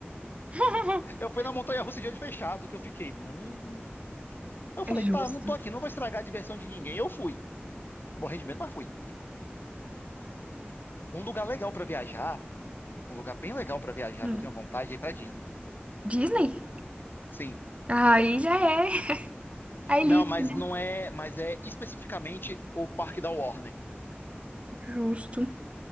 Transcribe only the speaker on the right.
<laughs>
É
justo.
Hum.
Disney?
Aí já é a elite,
né?
Justo.